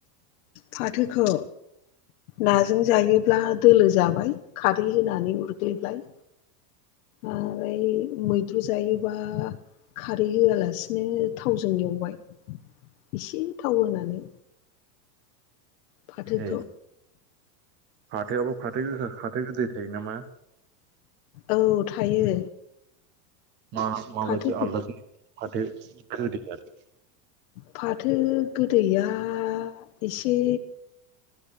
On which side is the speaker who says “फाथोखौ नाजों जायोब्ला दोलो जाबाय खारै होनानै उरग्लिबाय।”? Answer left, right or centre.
Left